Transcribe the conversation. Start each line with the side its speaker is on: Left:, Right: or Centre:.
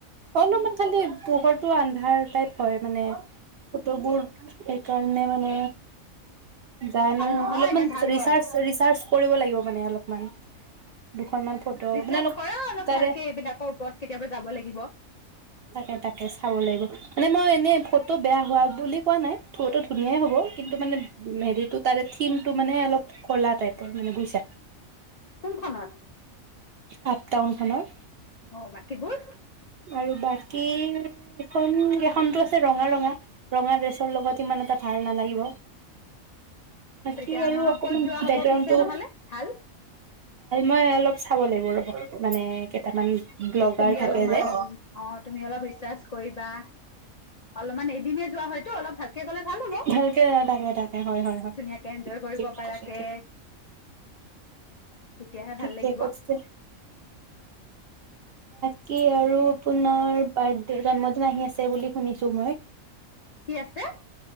Right: অলপমান খালি পোহৰটো আন্ধাৰ টাইপ হয়, মানে ফটোবোৰ সেইকাৰণে মানে জানো,
Left: ভাল নহয়
Right: অলপমান
Left: নে ভাল
Right: ৰিচাৰ্জ
Left: হয়?
Right: ৰিচাৰ্জ কৰিব লাগিব মানে, অলপমান । অকনমান ফটো
Left: ৰিচাৰ্চ
Right: মানে অলপ
Left: কৰা অলপ
Right: তাৰে
Left: ভালকে এইবিলাকৰ ওপৰত কেতিয়াবা যাব লাগিব।
Right: তাকে তাকে চাব লাগিব । মানে মই এনেই ফটো বেয়া হোৱা বুলি কোৱা নাই। ফটো ধুনীয়াই হ'ব কিন্তু মানে হেৰিটো তাৰে থিমটো মানে অলপ কলা টাইপৰ মানে বুইছা।
Left: কোনখনত?
Right: আঠ টাউন খনত
Left: অ বাকীবোৰ
Right: আৰু বাকী এখন এখনটো আছে ৰঙা ৰঙা ৰঙা ড্ৰেছৰ লগত ইমান এটা ভাল নালাগিব বাকী
Left: তেতিয়া আমাৰ
Right: আৰু অকমান
Left: ক'ত যোৱা হ'ব
Right: বেকগ্ৰাউডটো
Left: পিছে নহ'লে ভাল?
Right: মই অলপ চাব লাগিব ৰব মানে কেইটামান ব্লগাৰ
Left: তুমি
Right: থাকে
Left: অলপমান
Right: যে <unintelligible> অ
Left: অ তুমি অলপ ৰিচাৰ্চ কৰিবা অলপমান এদিনে যোৱা হয়তো অলপ ভালকে গ'লে ভাল হ'ব
Right: ভালকে তাকে তাকে হয় হয় হয়
Left: ধুনীয়াকে এনজয় কৰিব
Right: ঠিক
Left: পাৰাকে
Right: কৈছে
Left: তেতিয়াহে
Right: ঠিকে
Left: ভাল লাগিব
Right: কৈছে উ কি আৰু আৰু আপোনাৰ বাৰ্থডে জন্মদিন আহি আছে বুলি শুনিছো মই।
Left: কি আছে